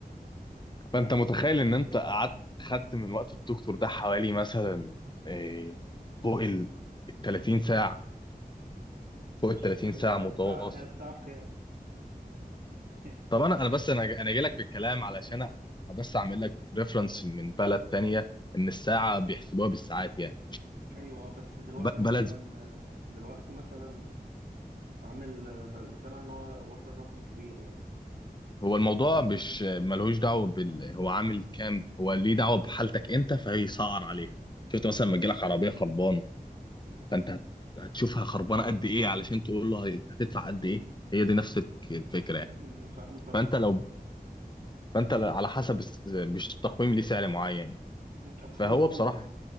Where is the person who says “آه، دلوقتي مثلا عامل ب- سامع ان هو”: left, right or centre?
Right